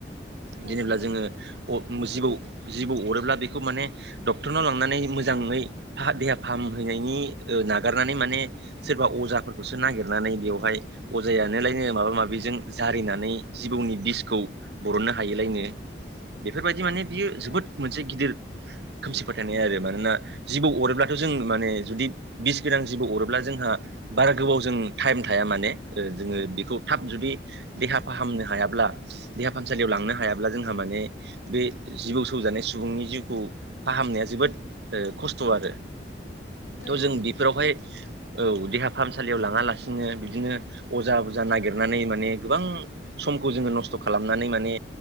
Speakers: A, on the left; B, on the right.
A: औ
B: जेनेब्ला
A: नंगौ
B: जोङो
A: नोंथां
B: ओ जिबौ जिबौ अरोब्ला बेखौ माने डक्टरनाव लांनानै मोजाङै देहा फाहामहैनायनि ओ नागारनानै माने सोरबा अजाफोरखौसो नागिरनानै बेवहाय अजायानोलायनो माबा माबिजों जारिनानै जिबौनि बिस खौ बरननो हायिलायनो बेफोरबायदि माने बियो जोबोद
A: औ
B: मोनसे गिदिर खोमसि फोथायनाया आरो मानोना जिबौ अरोब्लाथ' जों माने जुदि बिस गोनां जिबौ अरोब्ला जोंहा बारा गोबाव जों टाइम थाया माने ओ जोङो बेखौ थाब जुदि देहा फाहामनो हायाब्ला देहा फाहामसालियाव लांनो हायाब्ला जोंहा माने बे जिबौ सौजानाय सुबुंनि जिउखौ फाहामनाया जोबोद ओ खस्थ' आरो थ'
A: औ
B: जों
A: औ
B: बेफोरावहाय
A: नंगौ
B: औ देहा फाहामसालियाव लाङा लासिनो बिदिनो अजा बजा नागिरनानै माने गोबां समखौ जोङो नस्थ' खालामनानै माने